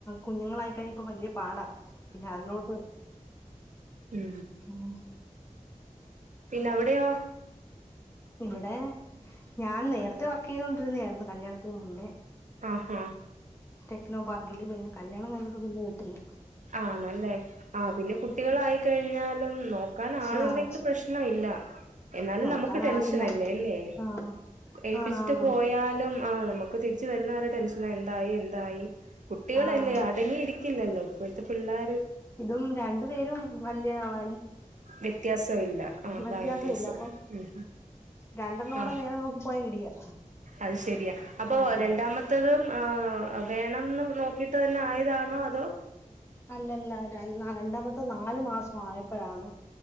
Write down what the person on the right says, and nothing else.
ഉ
പിന്നെ അ വിടെയോ
ആഹഹ
ആണല്ലേ ആ പിന്നെ കുട്ടികളായിക്കഴിഞ്ഞാലും നോക്കാൻ ആളുണ്ടെങ്കില്
പ്രശ്ന ഇല്ല എന്നാലും
നമുക്ക് ടെൻഷൻ
അല്ലേ അല്ലേ
ഏൽപ്പിച്ചിട്ട്
പോയാലും ആ് നമുക്ക് തിരിച്ച വരുന്നവരു ടെൻഷന എന്തായി എന്തായി കുട്ടികളല്ലേ
അടങ്ങിയിരിക്കില്ലല്ലോ ഇപ്പോഴത്തെ പിള്ളേർ
വ്യത്യാസമല്ല ആ
പ്രായ വ്യത്യാസം
ഉ
ആ
അത് ശരിയാ അപ്പൊ
രണ്ടാമത്തതും ആ ആ വേണംന്ന് നോക്കിട്ട് തന്നെ ആയതാണോ അതോ